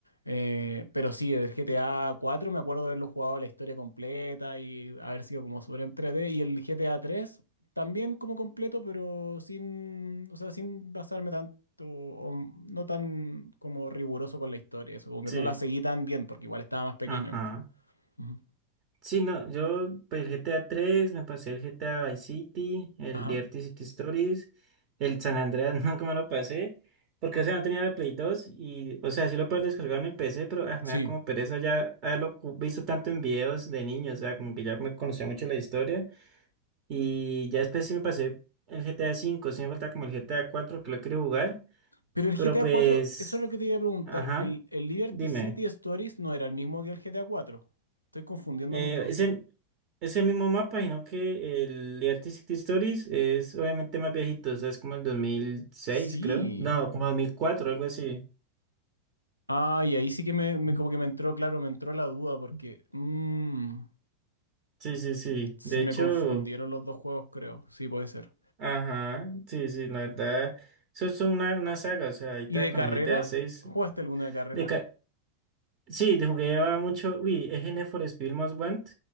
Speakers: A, on the left; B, on the right.
A: Eh, pero sí, del GTA 4 me acuerdo de haberlo jugado la historia completa y haber sido como súper entrete. Y el GTA 3 también como completo, pero sin, o sea, sin basarme tanto, o no tan como riguroso con la historia, eso, como que
B: Sí,
A: no la seguí tan bien, porque igual estaba más pequeño,
B: ajá.
A: en verdad. Ujú.
B: Sí, no, yo pues, el GTA tres me pasé el GTA Vice City, el
A: Ajá.
B: Liberty City Stories, el San Andreas <laughs> nunca me lo pasé, porque o sea, no tenía el Play dos y, o sea, sí lo puedo descargar en el PC, pero ah,
A: Sí.
B: me da como pereza ya haberlo cu- visto tanto en videos de niños, o sea, como que ya me conocía mucho la historia y ya después sí me pasé el GTA cinco sí me falta como el GTA cuatro que lo quiero jugar,
A: Pero el GTA
B: pero pues,
A: 4, eso es lo que te iba a preguntar.
B: ajá,
A: ¿El, el Liberty
B: dime.
A: City Stories no era el mismo que el GTA 4? Estoy confundiéndolo
B: Eh,
A: entonces.
B: ese, ese mismo mapa, sino que el Liberty City Stories es obviamente más viejito, o sea, es como el dos mil seis
A: Sí.
B: creo. No, como dos mil cuatro algo así.
A: Ah, y ahí sí que me, me- como que me entró, claro, me entró la duda porque mm,
B: Sí, sí, sí.
A: se
B: De
A: me
B: hecho,
A: confundieron los dos juegos, creo. Sí, puede ser.
B: ajá, sí, sí, la verdad. Eso es una, una saga, o sea, ahorita
A: ¿Y de
B: con
A: carrera?
B: el G T A seis,
A: ¿Jugaste alguna de carrera?
B: De ca- sí, de jugué ah, mucho. Uy, es en for Speed Most Want